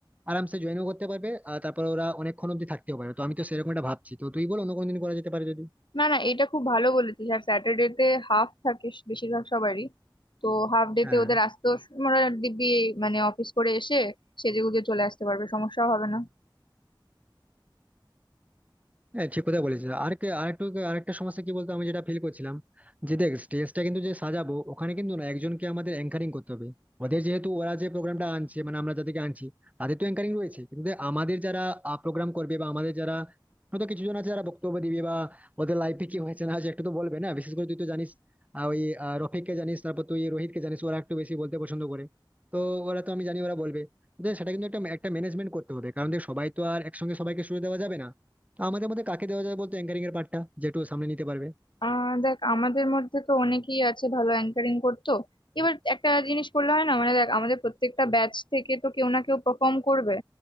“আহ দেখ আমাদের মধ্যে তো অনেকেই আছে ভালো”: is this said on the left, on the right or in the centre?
Left